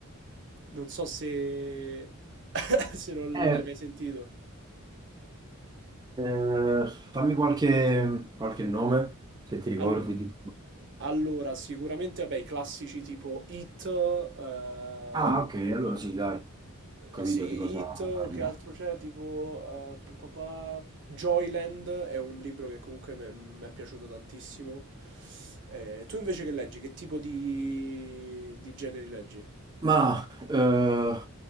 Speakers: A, on the right; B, on the right.
A: Non so se, <laughs> se non
B: Eh,
A: l'hai mai sentito.
B: eh, fammi qualche, qualche nome, se ti ricordi
A: Allo-
B: di...
A: allora, sicuramente, vabbè, i classici tipo It, eh,
B: Ah, ok, allora sì, dai, ho capito
A: Sì,
B: di cosa
A: Hit,
B: parliamo.
A: che altro c'è? Tipo eh, pa- pa- pa- Joyland è un libro che comunque me- mi è piaciuto tantissimo. Eh, tu invece che leggi? Che tipo di, di generi leggi?
B: Ma eh,